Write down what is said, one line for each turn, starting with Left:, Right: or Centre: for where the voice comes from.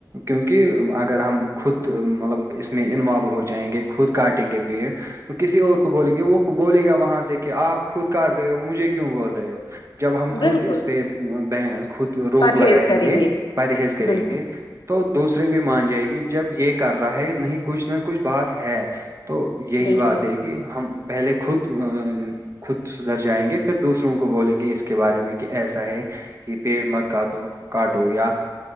Right: کیونکہ اگر ہم خود مطلب اس میں انوالو ہو جائیں گے خود کاٹیں گے پیٹ تو کسی اور کو بولیں گے وہ بولے گا وہاں سے کہ آپ خود کاٹ رہے ہو مجھے کیوں بول رہے ہو جب ہم
Left: بالکل
Right: خود اس پہ خود روک
Left: پرہیز
Right: لگائیں
Left: کریں
Right: گے پرہیز کریں
Left: بالکل
Right: گے تو دوسرے بھی مان جائے گی جب یہ کر رہا ہے نہیں کچھ نہ کچھ بات ہے تو یہی
Left: بالکل
Right: بات ہے کہ ہم پہلے خود ا خود سدھر جائیں گے پھر دوسروں کو بولیں گے اس کے بارے میں کہ ایسا ہے کہ پیڑ مت کاٹو کاٹو یا